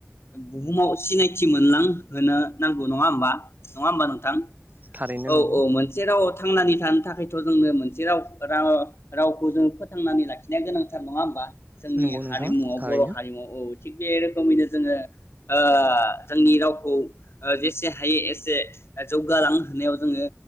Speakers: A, on the left; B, on the right.
A: बुहुमाव सिनायथि मोनलां होनो नांगौ नङा होमबा । नङा होमबा नोंथां
B: थारैनो
A: औ
B: नंगौ
A: औ मोनसे राव थांनानै थानो थाखायथ' जोंनो मोनसे राव रा रावखौ जोङो फोथांनानै लाखिनाया गोनांथार, नङा होमबा? जोंनि
B: नंगौ नोंथां
A: हारिमुवआव
B: थारैनो
A: बर' हारिमु उद थिग बे रोखोमैनो जोङो ओ जोंनि रावखौ ओ जेसे हायो एसे जौगालां होनायाव जोङो